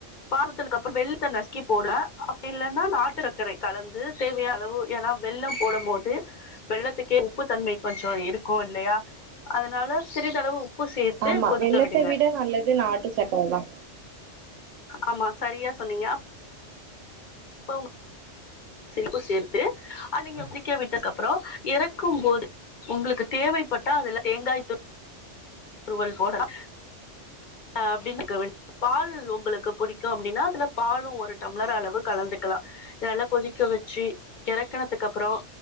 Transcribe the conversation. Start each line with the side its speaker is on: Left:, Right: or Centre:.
Left: பாகுத்துக்கு அப்புறம் வெல்லத்தை நசுக்கி போடுவோம் அப்படி இல்லைன்னா நாட்டுசக்கரை கலந்து தேவையான அளவு ஏன்னா வெல்லம் போடும் போது வெல்லத்துக்கே உப்பு தன்மை கொஞ்சம் இருக்கும் இல்லையா அதனால சிறிதளவு சேர்த்து
Right: ஆமா
Left: கொதிக்க
Right: வெல்லத்தை
Left: விடுங்க
Right: விட நல்லது நாட்டு சக்க போல
Left: ஆமா சரியா சொன்னீங்கப்ப ச சேர்த்து அது நீங்க முடிக்க விட்டதுக்கு அப்புறம் இறக்கும் போது உங்களுக்கு தேவைப்பட்டா அதுல தேங்காய் து ஒரு ஹோட்டல்னா அஹ் அப்படின்னு இருக்க வேண் பால் உங்களுக்கு பிடிக்கும் அப்படின்னா அதுல பாலும் ஒரு டம்ளர் அளவு கலந்துக்கலாம் இதல்ல கொதிக்க வச்சு இறக்கனத்துக்கு அப்புறம்